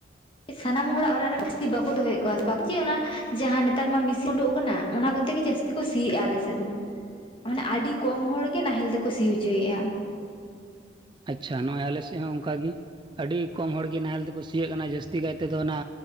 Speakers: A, on the left (about 30°); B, on the right (about 25°).
A: ᱥᱟᱱᱟᱢ ᱦᱚᱲᱟᱜ ᱚᱲᱟᱜ ᱨᱮ ᱡᱟᱹᱥᱛᱤ ᱵᱟᱠᱚ ᱫᱚᱦᱚ-ᱭᱮᱫ ᱠᱚᱣᱟ ᱡᱮ ᱚᱱᱟ ᱡᱟᱦᱟᱸ ᱱᱮᱛᱟᱨ ᱢᱟ ᱢᱤᱥᱤᱱ ᱩᱰᱩᱜ ᱟᱠᱟᱱᱟ ᱚᱱᱟ ᱠᱚᱛᱮ ᱜᱮ ᱡᱟᱹᱥᱛᱤ ᱠᱚ ᱥᱤᱭᱮᱜ-ᱟ ᱟᱞᱮ ᱥᱮᱫ ᱦᱚᱸ, ᱢᱟᱱᱮ ᱟᱹᱰᱤ ᱠᱚᱢ ᱦᱚᱲ ᱜᱮ ᱱᱟᱦᱮᱞ ᱛᱮᱠᱚ ᱥᱤ ᱦᱚᱪᱚᱭᱮᱜ-ᱟ᱾
B: ᱟᱪᱪᱷᱟ ᱱᱚᱜᱼᱚᱭ ᱟᱞᱮ ᱥᱮᱫ ᱦᱚᱸ ᱚᱱᱠᱟ ᱜᱮ᱾ ᱟᱹᱰᱤ ᱠᱚᱢ ᱦᱚᱲ ᱜᱮ ᱱᱟᱦᱮᱞ ᱛᱮᱠᱚ ᱥᱤ-‌ᱭᱮᱜ ᱠᱟᱱᱟ ᱡᱟᱹᱥᱛᱤ ᱠᱟᱭ ᱛᱮᱫᱚ ᱚᱱᱟ